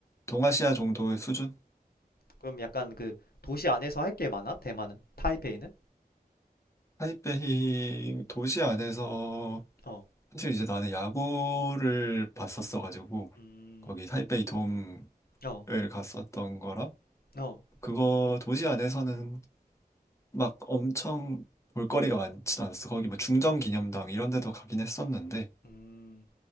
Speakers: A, on the left; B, on the left.
A: 동아시아 정도의 수준?
B: 그럼 약간 그 도시 안에서 할게 많아? 대만은? 타이페이는?
A: 타이베이 도시 안에서
B: 어.
A: 사실 이제 나는 야구를 봤었어가지고
B: 음.
A: 거기 타이베이 돔을
B: 어.
A: 갔었던 거라
B: 어.
A: 그거 도시 안에서는 막 엄청 볼거리가 많진 않았어. 거기 뭐 중정 기념당 이런 데도 가긴 했었는데
B: 음.